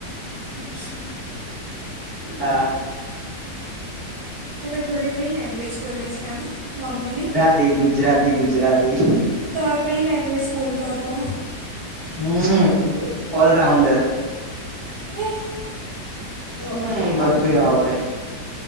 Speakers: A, on the right; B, on the left.
A: અચ્છા.
B: હા.
A: તારા ઘરે કઈ લેંગ્વેજ બોલે છે એમ નોર્મલી.
B: તે ગુજરાતી ગુજરાતી.
A: તો આ કઈ લેંગ્વેજ બોલતો હતો.
B: હમ ઓલરાઉન્ડર.
A: વહ.
B: હમ બધું આવડે.